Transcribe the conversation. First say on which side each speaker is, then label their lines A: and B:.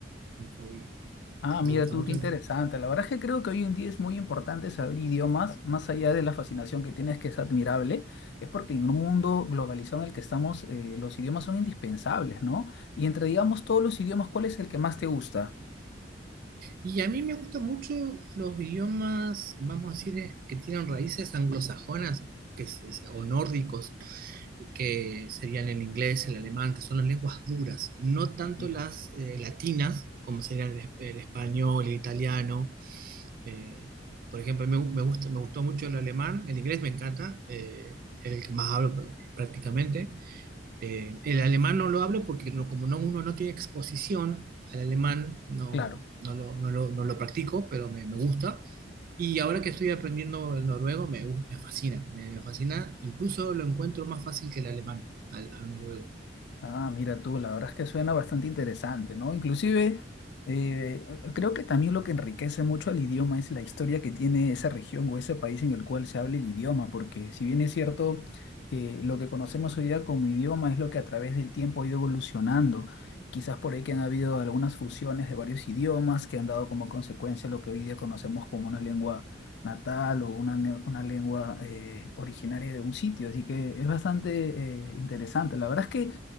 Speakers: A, on the right; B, on the left.
A: es un hobby
B: Ah,
A: que
B: mira
A: me gusta
B: tú,
A: mucho.
B: qué interesante. La verdad es que creo que hoy en día es muy importante saber idiomas, más allá de la fascinación que tienes, que es admirable, es porque en un mundo globalizado en el que estamos, eh, los idiomas son indispensables, ¿no? Y entre, digamos, todos los idiomas, ¿cuál es el que más te gusta?
A: Y a mí me gustan mucho los idiomas, vamos a decir, eh, que tienen raíces anglosajonas que es- es- o nórdicos, que serían el inglés, el alemán, que son las lenguas duras, no tanto
B: Mira.
A: las eh, latinas, como serían el, el español, el italiano. eh, por ejemplo, me, me gusta, me gustó mucho el alemán, el inglés me encanta, eh, es el que más hablo pr- prácticamente. Eh, el alemán no lo hablo porque no- como no, uno no tiene exposición al alemán, no,
B: Claro.
A: no lo, no lo- no lo practico, pero me, me gusta. Y ahora que estoy aprendiendo el noruego, me, gu- me fascina, me, me fascina, incluso lo encuentro más fácil que el alemán, al, al noruego.
B: Ah, mira tú, la verdad es que suena bastante interesante, ¿no? Inclusive, eh, creo que también lo que enriquece mucho al idioma es la historia que tiene esa región o ese país en el cual se habla el idioma, porque si bien es cierto, eh, lo que conocemos hoy día como idioma es lo que a través del tiempo ha ido evolucionando. Quizás por ahí que han habido algunas fusiones de varios idiomas que han dado como consecuencia lo que hoy día conocemos como una lengua natal o una, ne- una lengua eh, originaria de un sitio. Así que es bastante eh, interesante. La verdad es que...